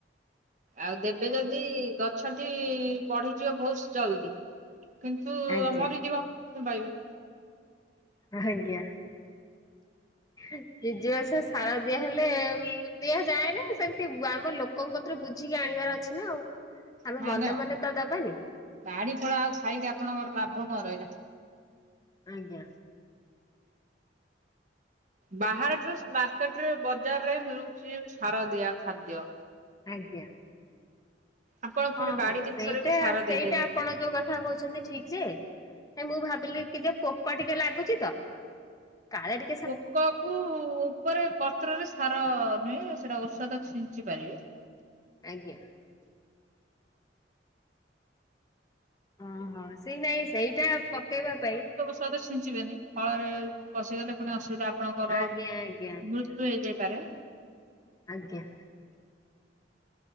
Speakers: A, on the right; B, on the left.
A: ଆଉ ଦେବେ ଯଦି ଗଛଟି ବଢିଯିବ ବହୁତ ଜଲଦି କିନ୍ତୁ
B: ଆଜ୍ଞା
A: ମରି ଯିବ ମୁଁ ପାଇବି
B: ଆଜ୍ଞା। ନିଜ ବାସ ସାର ଦିଆହେଲେ ଦିଆଯାଏ ନା ସେମିତି ଆମ ଲୋକ ଲୋକଙ୍କତରୁ ବୁଝିକି ଆଣିବାର ଅଛି ନା ଆଉ ଆମେ
A: ନା
B: ମନେ
A: ନା
B: ମନେ ତ ଦବାନି।
A: ବାଡି ଫଳା ଆଉ ଖାଇକି ଆପଣଙ୍କର ଲାଭ କଣ ରହିଲା।
B: ଆଜ୍ଞା।
A: ବାହହାର ମାର୍କେଟରେ ବଜାରରେ ମିଳୁଛି ସାର ଦିଆ ଖାଦ୍ୟ।
B: ଆଜ୍ଞା।
A: ଆପଣ ପୁଣି
B: ହଁ
A: ବାଡି
B: ହଁ
A: ଜିନିଷରେ
B: ସେଇଟା
A: ବି ସାର
B: ସେଇଟା
A: ଦେଇଦେବେ।
B: ଆପଣ ଯୋଉ କଥା କଥା କହୁଛନ୍ତି ଠିକ ଯେ ମୁଁ ଭାବିଲି କି ଯେ ପୋକ ଟିକେ ଲାଗୁଛି ତ। କାଳେ ଟି
A: ପୋକ କୁ ଉପରେ ପତ୍ରରେ ସାର ନୁହେଁ ସେଟା ଔଷଧ ଛିଞ୍ଚି ପାରିବେ।
B: ଆଜ୍ଞା। ଓହୋ ସେଇ ନାଇଁ ସେଇଟା ପକେଇବା ପାଇଁ।
A: ଔ ଛିଞ୍ଚିବେନି ଫଳରେ ପଶିଗଲେ ପୁଣି ଅସୁବିଧା ଆପଣଙ୍କରୃତ
B: ଆଜ୍ଞା ଆଜ୍ଞା ଆଜ୍ଞା।
A: ହେଇଯାଇପାରେ।
B: ଆଜ୍ଞା।